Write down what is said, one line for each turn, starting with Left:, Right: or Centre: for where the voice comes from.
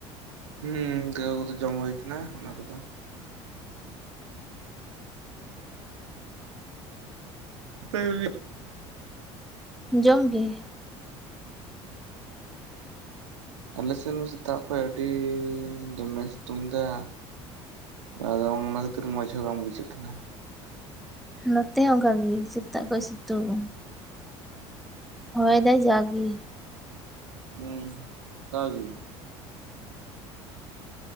Right: ᱦᱩᱸ ᱜᱟᱹᱣ ᱠᱚᱫᱚ ᱡᱚᱢ ᱦᱩᱭᱩ ᱠᱟᱱᱟ ᱚᱱᱟ ᱠᱚᱫᱚ <unintelligible>
Centre: ᱡᱚᱢ ᱜᱮ <inaudible>
Right: ᱟᱞᱮ ᱥᱮᱱ ᱢᱟ ᱥᱮᱛᱟᱜ ᱠᱷᱚᱱ ᱟᱹᱰᱤ ᱫᱚᱢᱮ ᱥᱤᱛᱩᱝ ᱫᱟ ᱟᱫᱚ ᱚᱱᱟ ᱠᱷᱟᱹᱛᱤᱨ ᱢᱚᱸᱡᱽ ᱦᱚᱸ ᱵᱟᱝ ᱵᱩᱡᱷᱟᱹᱜ ᱠᱟᱱᱟ᱾
Centre: ᱱᱚᱛᱮ ᱦᱚᱸ ᱚᱱᱠᱟ ᱜᱮ ᱥᱮᱛᱟᱜ ᱠᱷᱚᱡ ᱥᱤᱛᱩᱝ ᱦᱚᱭ ᱫᱟᱭ ᱡᱟᱜᱮ
Right: ᱦᱮᱸ ᱫᱟᱜ ᱜᱮ